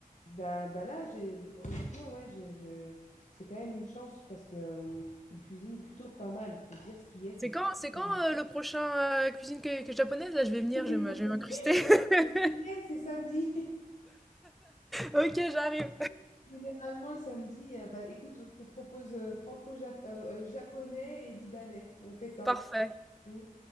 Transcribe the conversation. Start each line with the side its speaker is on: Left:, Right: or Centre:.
Left: bah, bah là, j'ai, honnêtement, ouais, je, je- c'est quand même une chance parce que euh, ils cuisinent plutôt pas mal. Faut dire ce qui est, c'est
Centre: C'est quand, c'est
Left: plutôt
Centre: quand
Left: pas mal.
Centre: euh, le prochain euh, cuisine que, que japonaise? Là, je vais
Left: <laughs>
Centre: venir, je vais me- je vais m'incruster. <laughs>
Left: Week-end, c'est samedi.
Centre: Ok, j'arrive.
Left: <laughs> Généralement, le samedi, euh, bah, écoute, on te propose euh, franco-japonais et libanais. On fait ça.
Centre: Parfait.
Left: On